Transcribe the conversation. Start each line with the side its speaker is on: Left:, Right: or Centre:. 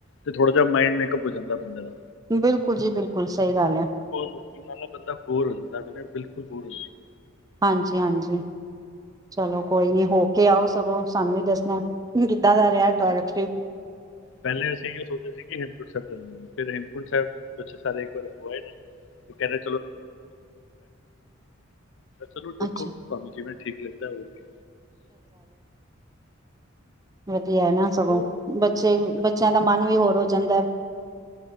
Left: ਤੇ ਥੋੜਾ ਜਿਹਾ ਮਾਈਡ ਮੇਕਅਪ ਹੋ ਜਾਂਦਾ ਬੰਦੇ ਦਾ।
Right: ਬਿਲਕੁਲ ਜੀ ਬਿਲਕੁਲ। ਸਹੀ ਗੱਲ ਹੈ
Left: <unintelligible> ਨਾਲੇ ਬੰਦਾ ਬੋਰ ਹੋ ਜਾਂਦਾ ਬਿਲਕੁਲ ਬੋਰ ਹੋ ਜਾਂਦਾ।
Right: ਹਾਂਜੀ ਹਾਂਜੀ ਚਲੋ ਕੋਈ ਨੀ
Left: ਹਾਂ,
Right: ਹੋ ਕੇ ਆਓ ਸਗੋਂ। ਸਾਨੂੰ ਵੀ ਦੱਸਣਾ। ਕਿੱਦਾਂ ਦਾ
Left: ਹਾਂਜੀ,
Right: ਰਿਹਾ ਤੁਹਾਡਾ
Left: ਜ਼ਰੂਰ
Right: ਟ੍ਰਿਪ
Left: ਪਹਿਲੇ ਅਸੀਂ ਇਹ ਸੋਚਿਆ ਸੀ ਕਿ ਹ <unintelligible> ਪਰ ਚਲੋ ਦੇਖੋ
Right: ਅੱਛਾ
Left: ਤੁਹਾਨੂੰ ਜਿਵੇਂ ਠੀਕ ਲੱਗਦਾ ਹੋਰ ਕੀ।
Right: ਹਾਂ। ਵੀ ਹੈ ਨਾ ਸਗੋਂ
Left: ਹੋਰ
Right: ਬੱਚੇ
Left: ਬਿਲਕੁਲ
Right: ਬੱਚਿਆਂ ਦਾ ਮਨ ਵੀ ਹੋਰ ਜਾਂਦਾ।